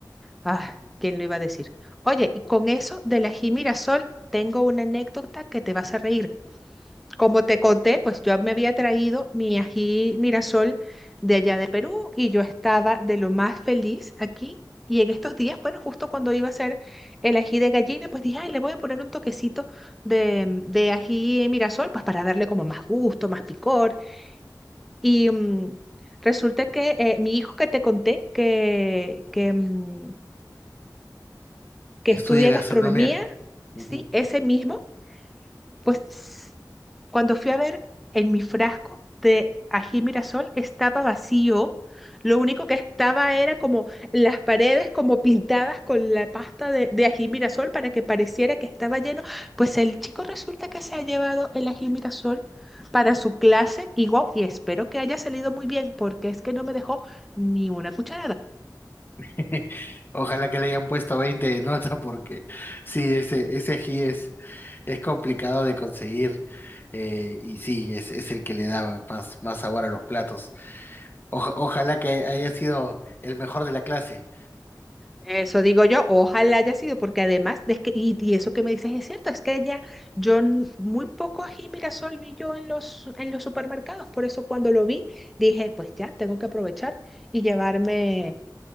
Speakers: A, in the centre; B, on the left.
A: Ah, ¿quién lo iba a decir? Oye, y con eso del ají Mirasol, tengo una anécdota que te vas a reír. Como te conté, pues yo me había traído mi ají Mirasol de allá de Perú y yo estaba de lo más feliz aquí. Y en estos días, bueno, justo cuando iba a hacer el ají de gallina, pues dije, ay, le voy a poner un toquecito de, de ají Mirasol, pues para darle como más gusto, más picor. Y mm, resulta que eh, mi hijo que te conté, que, que, mm, que
B: Estudia
A: estudia
B: gastronomía.
A: gastronomía,
B: Ujú.
A: sí, ese mismo, pues Cuando fui a ver en mi frasco de ají mirasol estaba vacío. Lo único que estaba era como las paredes como pintadas con la pasta de, de ají mirasol para que pareciera que estaba lleno. Pues el chico resulta que se ha llevado el ají mirasol para su clase y guau, y espero que haya salido muy bien porque es que no me dejó ni una cucharada.
B: <laughs> Ojalá que le hayan puesto 20 de nota porque sí, ese, ese ají es Es complicado de conseguir eh, y sí, es, es el que le da más, más sabor a los platos. Oja- ojalá que haya sido el mejor de la clase.
A: Eso digo yo, ojalá haya sido, porque además, de que, y, y eso que me dices es cierto, es que ella, yo n- muy poco ají Mirasol vi yo en los, en los supermercados, por eso cuando lo vi dije, pues ya, tengo que aprovechar y llevarme